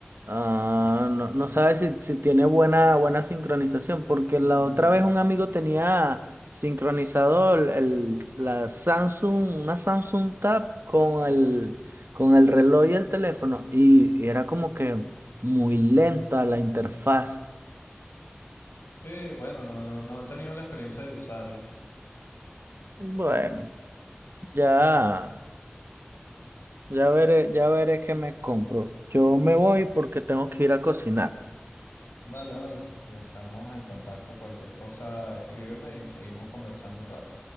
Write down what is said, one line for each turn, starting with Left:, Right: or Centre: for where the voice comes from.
Right: Ah, no, no sabes si, si tiene buena, buena sincronización, porque
Left: No.
Right: la otra vez un amigo tenía sincronizado el, el- la Samsung, una Samsung Tab con el, con el reloj y el teléfono, y, y era como que muy lenta la interfaz.
Left: Sí, bueno, no, no, no he tenido la experiencia de usarlo.
Right: Bueno, ya, ya veré, ya veré qué me compro. Yo me voy porque tengo que ir a cocinar.
Left: Vale, vale. Estamos en contacto. Cualquier cosa, escríbeme y seguimos conversando un rato.